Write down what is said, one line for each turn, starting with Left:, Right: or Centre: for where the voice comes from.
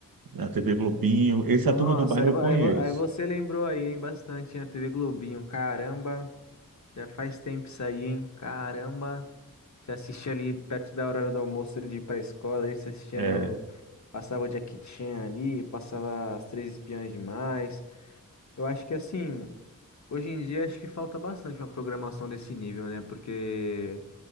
Right: na TV Globinho. Esse
Left: Nossa,
Right: A Turma do Bairro
Left: aí,
Right: eu
Left: vo-
Right: conheço.
Left: aí vo- aí você lembrou aí, hein, bastante, hein, a TV Globinho. Caramba, já faz tempo isso aí, hein? Caramba. Você assistia ali perto da hora do almoço ali de ir pra escola, ali você assistia,
Right: É,
Left: né, o- Passava o Jackie Chan ali, passava as Três Espiãs Demais. Eu acho que assim. Hoje em dia acho que falta bastante uma programação desse nível, né? Porque,